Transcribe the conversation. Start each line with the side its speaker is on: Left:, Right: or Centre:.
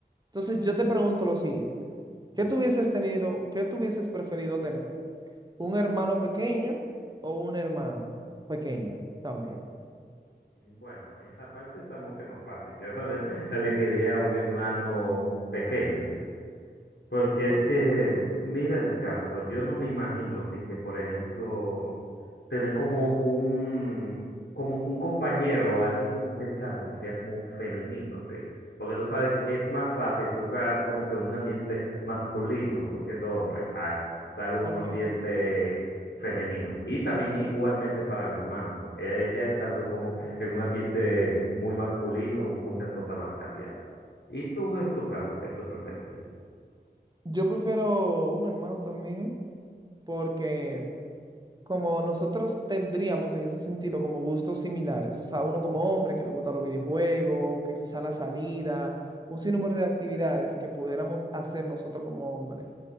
Right: Entonces yo te pregunto lo siguiente, ¿qué tú hubieses tenido, qué tú hubieses preferido tener? ¿Un hermano pequeño o una hermana pequeña también?
Left: Mm, Bueno, en esa parte está mucho más fácil. Yo <laughs> elegiría un hermano pequeño. Porque
Right: Por-
Left: es que, mm,
Right: Ujú.
Left: mira el caso, yo no me imagino ti, que, por ejemplo, tener como un, como un compañero, alguien como cercano que sea como femenino, ¿sí? Porque tú sabes que es más fácil, tú estás como que en un ambiente masculino, tú siendo hombre, a estar en un
Right: Ok.
Left: ambiente femenino. Y también igualmente para la hermana, ella estando como en un ambiente muy masculino, muchas cosas van a cambiar. ¿Y tú en tu caso, qué tú preferirías?
Right: Yo prefiero un hermano también porque... como nosotros tendríamos en ese sentido como gustos similares, o sea, uno como hombre que le gusta los videojuegos, que quizá la salida, un sinnúmero de actividades que pudiéramos hacer nosotros como hombre.